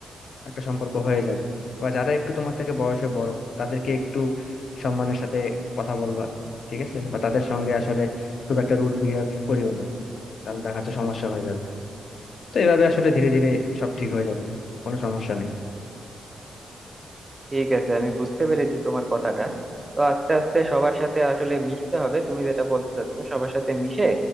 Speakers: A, on the left; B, on the right.
A: একটা সম্পর্ক হয়ে যাবে বা যারা একটু তোমার থেকে বয়সে বড় তাদেরকে একটু সম্মানের সাথে কথা বলবা ঠিক আছে বা তাদের সঙ্গে আসলে খুব একটা রুড বিহেভ করিও না তাহলে দেখা যাচ্ছে সমস্যা হয়ে যাবে তো এভাবে আসলে ধীরে ধীরে সব ঠিক হয়ে যাবে কোনো সমস্যা নেই
B: ঠিক আছে আমি বুঝতে পেরেছি তোমার কথাটা তো আস্তে আস্তে সবার সাথে আসলে মিশতে হবে তুমি যেটা বলতে চাচ্ছো সবার সাথে মিশে